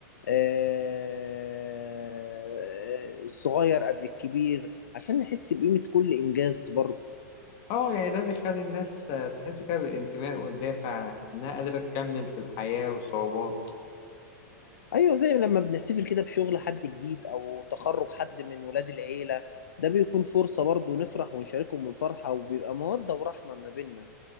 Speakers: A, on the left (about 80°); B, on the left (about 50°).
A: آه، الصغير قبل الكبير عشان نحس بقيمة كل إنجاز برضه
B: اه يعني ده بيخلي الناس آه، تحس كده بالانتماء والدافع انها قادرة تكمل في الحياة والصعوبات
A: أيوة زي لما بنحتفل كده بشغل حد جديد أو تخرج حد من ولاد العيلة ده بيكون فرصة برضه نفرح ونشاركهم الفرحة وبيبقى مودة ورحمة ما بيننا